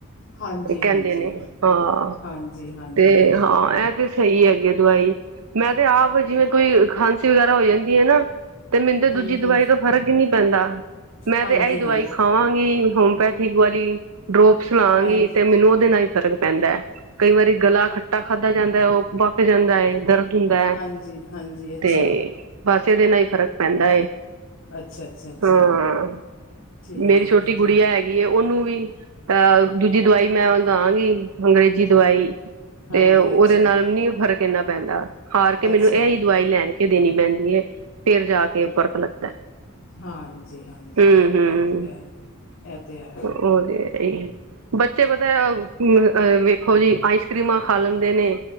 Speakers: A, on the left; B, on the right.
A: ਹਾਂਜੀ
B: ਕਹਿੰਦੇ
A: ਹਾਂਜੀ
B: ਨੇ, ਹਾਂ।
A: ਹਾਂਜੀ ਹਾਂਜੀ
B: ਤੇ ਹਾਂ, ਐ ਤੇ ਸਹੀ ਹੈਗੇ। ਦਵਾਈ ਮੈਂ, ਤੇ ਆਪ ਜਿਵੇਂ ਕੋਈ ਖਾਂਸੀ ਵਗੈਰਾ ਹੋ ਜਾਂਦੀ ਏ ਨਾ, ਤੇ ਮੈਨੂੰ ਤੇ ਦੂਜੀ
A: ਹਮ ਹਮ
B: ਦਵਾਈ ਤੋਂ ਫ਼ਰਕ ਈ ਨੀ ਪੈਂਦਾ। ਮੈਂ
A: ਹਾਂਜੀ
B: ਤੇ ਅਈ ਦਵਾਈ
A: ਹਾਂਜੀ
B: ਖਾਵਾਂਗੀ, ਹੋਮਪੈਥਿਕ ਵਾਲੀ। ਡਰੋਪਸ ਲਵਾਂਗੀ,
A: ਹਾਂਜੀ
B: ਤੇ ਮੈਨੂੰ ਉਹਦੇ ਨਾਲ ਹੀ ਫ਼ਰਕ ਪੈਂਦਾ। ਕਈ ਵਾਰੀ ਗਲਾ, ਖੱਟਾ ਖਾਧਾ ਜਾਂਦਾ ਐ, ਉਹ ਪਕ ਜਾਂਦਾ ਏ ਦਰਦ ਹੁੰਦਾ ਐ।
A: ਹਾਂਜੀ। ਹਾਂਜੀ ਅੱਛਾ
B: ਤੇ ਬਸ, ਏਦੇ ਨਾਲ ਈ ਫ਼ਰਕ ਪੈਂਦਾ ਏ।
A: ਅੱਛਾ ਅੱਛਾ ਅੱਛਾ
B: ਹਾਂ,
A: ਠੀਕ
B: ਮੇਰੀ ਛੋਟੀ
A: ਠੀਕ
B: ਗੁੜੀਆ ਹੈਗੀ ਗੀ ਉਹਨੂੰ ਵੀ, ਅ ਦੂਜੀ ਦਵਾਈ ਮੈਂ ਦਵਾਂਗੀ, ਅੰਗਰੇਜ਼ੀ ਦਵਾਈ।
A: ਹਾਂਜੀ
B: ਤੇ ਉਹਦੇ
A: ਅੱਛਾ
B: ਨਾਲ ਨੀ ਫ਼ਰਕ ਇੰਨਾ ਪੈਂਦਾ। ਹਾਰ ਕੇ,
A: ਅੱਛਾ
B: ਮੈਨੂੰ ਐਈ ਦਵਾਈ ਲੈਣ ਕੇ ਦੇਣੀ ਪੈਂਦੀ ਏ। ਫੇਰ ਜਾ ਕੇ ਫ਼ਰਕ ਲੱਗਦਾ।
A: ਹਾਂਜੀ-ਹਾਂਜੀ,
B: ਹਮ ਹਮ
A: ਐ ਤੇ ਹੈ। ਐ ਤੇ ਹੈ।
B: ਉਹ ਤੇ ਹੈ ਬੱਚੇ ਪਤਾ ਅ ਵੇਖੋ ਜੀ, ਆਈਸਕ੍ਰੀਮਾ ਖਾ ਲੈਂਦੇ ਨੇ,